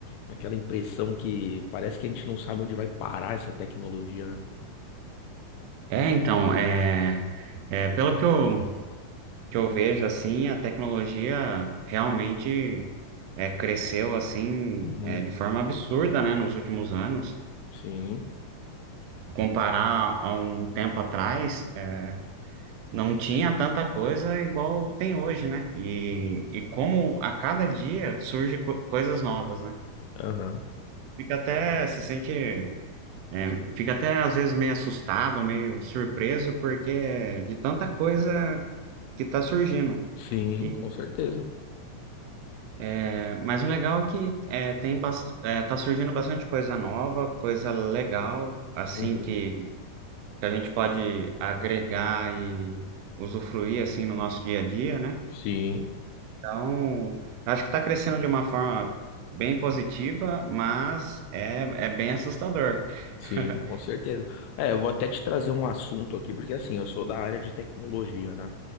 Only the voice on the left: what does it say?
Aquela impressão que parece que a gente não sabe onde vai parar essa tecnologia, né?
Uhum.
Sim.
Sim.
Aham.
Sim,
com certeza.
Uhum.
Sim,
sim,
com certeza. É, eu vou até te trazer um assunto aqui, porque assim, eu sou da área de tecnologia, né?